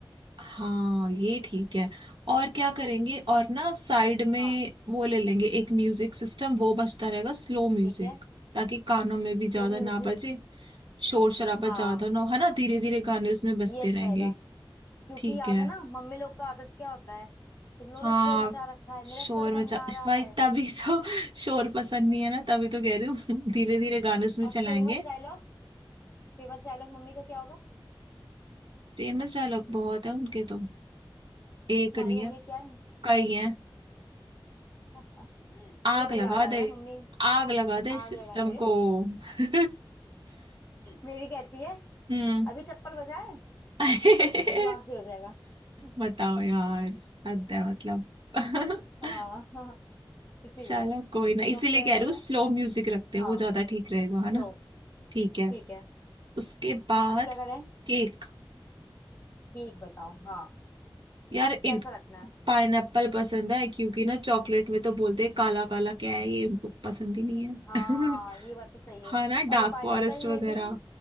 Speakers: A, on the right; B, on the left.
A: हाँ ये ठीक है और क्या
B: है
A: करेंगे
B: ना
A: और ना साइड में
B: हाँ
A: वो ले लेंगे एक म्यूजिक सिस्टम वो बजता रहेगा स्लो म्यूजिक
B: ठीक है
A: ताकि कानों में भी ज्यादा
B: Slow music
A: ना बजे शोर शराबा
B: हाँ
A: ज्यादा ना हो है ना धीरे धीरे गाने उसमें बजते
B: ये अच्छा
A: रहेंगे
B: रहेगा क्योंकि
A: ठीक
B: याद
A: है
B: है ना मम्मी लोग का आदत क्या होता है तुम लोगों
A: हाँ
B: ने शोर मचा रखा है
A: शोर
B: मेरा सर
A: मचा
B: भन्ना आ रहा
A: भाई
B: है
A: तभी तो <laughs> शोर पसंद नहीं है ना तभी तो कह रही हूँ <laughs> धीरे धीरे गाने उसमें
B: और
A: चलाएंगे
B: फेमस डायलॉग फेमस डायलॉग मम्मी का क्या होगा
A: फेमस डायलॉग बहुत है उनके तो एक
B: तुम्हारी
A: नहीं
B: मम्मी
A: है
B: क्या है
A: कई हैं।
B: <laughs>
A: आग
B: मुझे तो याद
A: लगा
B: आ
A: दे
B: रहा है मम्मी
A: आग लगा दे इस
B: आग
A: सिस्टम
B: लगा दे
A: को
B: <laughs>
A: <laughs>
B: मेरी कहती है
A: हम्म
B: अभी चप्पल बजाए
A: <laughs>
B: सब दिमाग से हो जाएगा <laughs>
A: बताओ यार हद है मतलब <laughs>
B: हाँ हाँ इसीलिए
A: चलो कोई ना
B: तो
A: इसीलिए
B: फिर
A: कह रही हूँ स्लो म्यूजिक रखते हैं
B: हाँ
A: वो ज्यादा ठीक रहेगा है ना
B: सो
A: ठीक है
B: ठीक है
A: उसके बाद
B: अब क्या करें
A: केक
B: केक बताओ हाँ
A: यार
B: केक
A: इन
B: कैसा रखना है
A: पाइनएप्पल पसंद है क्योंकि ना चॉकलेट में तो बोलते हैं काला काला क्या है ये उनको पसंद ही नहीं है
B: हाँ ये बात तो सही
A: <laughs> हाँ
B: है
A: ना
B: और
A: डार्क
B: पाइनएप्पल
A: फॉरेस्ट वगैरह
B: में भी